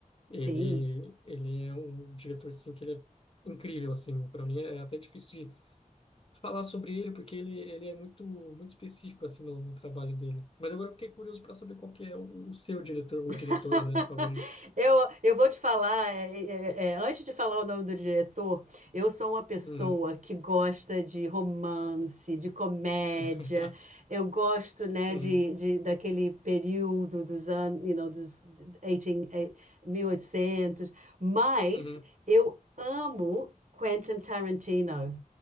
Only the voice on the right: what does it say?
sim.
<laughs>
Eu, eu vou te falar, é, é, é, antes de falar o nome do diretor, eu sou uma pessoa
que gosta de romance, de comédia,
eu gosto, né,
de, de- daquele período dos anos, you know, dos 18, eh, 1800, mas
eu amo Quentin Tarantino.